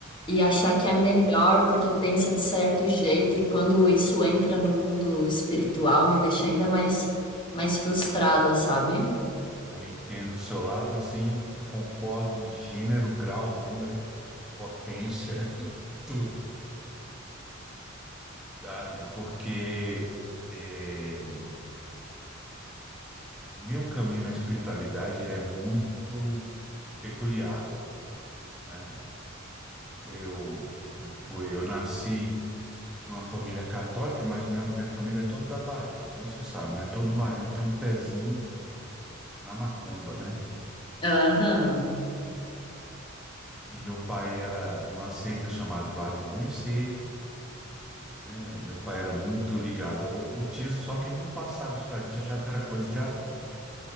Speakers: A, on the left; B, in the centre.
A: e
B: Exato.
A: achar que é melhor porque pensa de certo jeito. E quando isso entra no mundo espiritual, me deixa ainda mais, mais frustrada, sabe?
B: Eu entendo o seu lado, assim, e concordo em gênero, grau, número, potência, <laughs> tudo, sabe? Porque é, meu caminho na espiritualidade ele é muito peculiar, né? Eu, eu fui, eu nasci numa família católica, mas minha, minha família é toda da Bahia, então você sabe, né? Todo baiano tem um pezinho na macumba, né?
A: Aham,
B: E meu pai era de uma seita chamada Vale do Amanhecer, né? Meu pai era muito ligado ao ocultismo, só que ele não passava isso pra gente, achava que era coisa de adulto.